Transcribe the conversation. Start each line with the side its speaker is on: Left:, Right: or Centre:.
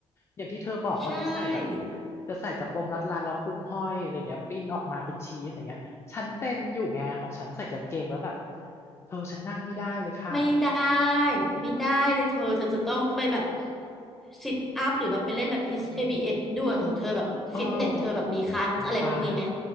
Left: อย่างที่เธอบอกว่าที่ใส่แบบ
Centre: ใช่
Left: จะใส่กระโปรงรัดๆแล้วพุงห้อยอะไรเงี้ยปิ้นออกมาเป็นชีสอย่างเงี้ยฉันเป็นอยู่ไงของฉันใส่กางเกงแล้วแบบเธอฉันนั่งไม่ได้เลยค่ะ
Centre: ไม่ได้ไม่ได้เลยเธอเธอจะต้องไปแบบซิทอัพหรือแบบไปเล่นแบบ HIIT
Left: อืม
Centre: เ b ฟด่วนของเธอแบบฟิตเนสเธอแบบมีคลาสอะไรพวกนี้ไหม
Left: เออโอตาย